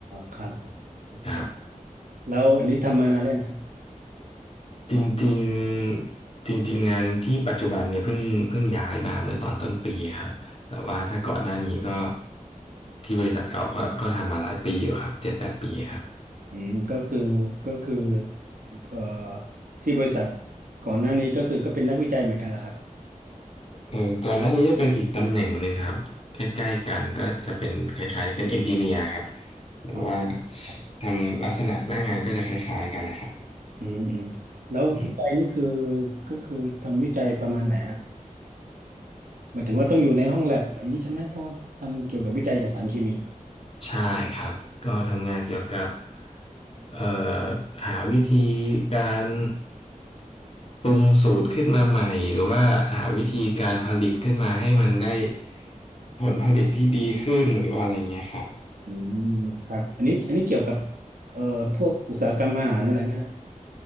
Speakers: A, on the right (about 80°); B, on the left (about 45°).
A: ครับโอเค
B: ครับ
A: แล้วอันนี้ทำมานานแล้วยังครับ
B: จริงๆจริงๆงานที่ปัจจุบันเนี่ยเพิ่งเพิ่งย้ายมาเมื่อตอนต้นปีครับแต่ว่าถ้าก่อนหน้านี้ก็ที่บริษัทเก่าก็ก็ทำมาหลายปีอยู่ครับเจ็ดแปดปีครับ
A: อืมก็คือก็คือเอ่อที่บริษัทก่อนหน้านี้ก็คือก็เป็นนักวิจัยเหมือนกันเหรอครับ
B: เออก่อนหน้านี้จะเป็นอีกตำแหน่งหนึ่งครับใกล้ๆกันก็จะเป็นคล้ายๆเป็นเอนจิเนียร์ครับ หรือว่า
A: อ๋อครับ
B: ทำลักษณะหน้างานก็จะคล้ายๆกันเลยครับ
A: อืมอืมแล้ววิจัยนี่คือ
B: อืม
A: ก็คือทำวิจัยประมาณไหนฮะหมายถึงว่าต้องอยู่ในห้องแลบอย่างนี้ใช่ไหมเพราะว่าทำเกี่ยวกับวิจัยเกยวกับสารเคมี
B: ใช่ครับ ก็ทำงานเกี่ยวกับเอ่อหาวิธีการปรุงสูตรขึ้นมาใหม่ หรือว่าหาวิธีการผลิตขึ้นมาให้มันได้ผลผลิตที่ดีขึ้นหรือว่าอะไรเงี้ยครับ
A: อืมครับอันนี้อันนี้เกี่ยวกับเอ่อพวกอุตสาหกรรมอาหารนั่นแหละไหมฮะ